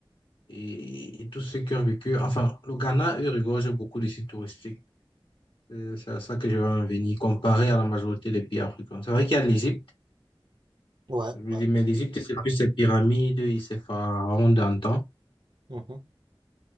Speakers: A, on the left; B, on the right.
A: et, et tous ceux qui ont vécu. Enfin, le Ghana, eux, regorge beaucoup de sites touristiques. Euh, C'est à ça que je vais en venir, comparé à la majorité des pays africains. C'est vrai qu'il y a l'Égypte,
B: Ouais,
A: mais
B: ouais.
A: l'Égypte, c'est plus ses pyramides et ses pharaons d'antan.
B: Mhm.